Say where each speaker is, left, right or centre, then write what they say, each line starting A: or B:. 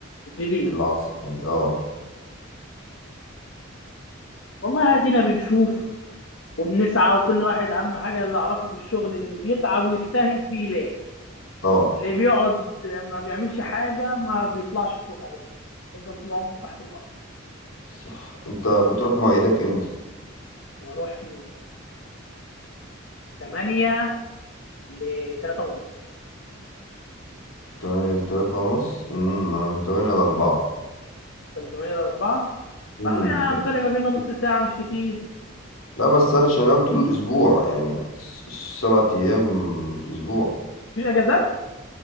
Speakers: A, on the left (about 65°); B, on the left (about 85°).
A: جديد
B: العصر يعني اه
A: والله ادينا بنشوف وبنسعى وكل واحد اهم حاجة اللي اعرفه في الشغل اللي بيتعب ويجتهد بيلاقي
B: طبعا
A: اللي بيقعد ما بيعملش حاجة ما بيطلعش فوق ابدا يفضل طول عمره تحت الارض
B: صح انت بتروح مواعيدك امتى؟
A: بروح من 8 ل 3 ونص
B: تمانية لتلاتة ونص امم ما أنا من تمانية لأربعة
A: انت من 8 ل 4
B: امم
A: طب يعني
B: بس
A: فرق ما بيننا نص ساعة مش كتير
B: لا بس أنا شغال طول الأسبوع يعني س- سبعة أيام في الأسبوع
A: مفيش اجازات